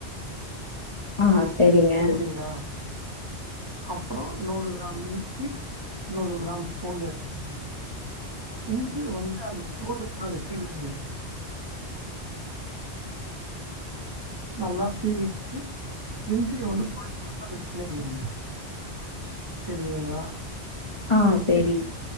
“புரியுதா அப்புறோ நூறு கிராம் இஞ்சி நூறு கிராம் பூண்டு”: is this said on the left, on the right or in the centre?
Right